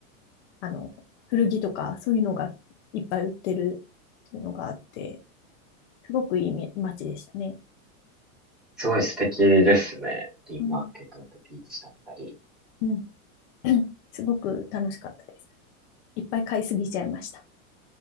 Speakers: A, on the left (about 50°); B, in the centre.
A: あの、古着とか、そういうのがいっぱい売ってるっていうのがあって、すごくいいみ街でしたね。
B: すごい素敵ですね。リーマーケットだったりビーチだったり。
A: うん。うん。<coughs> <clears throat> すごく楽しかったです。いっぱい買いすぎちゃいました。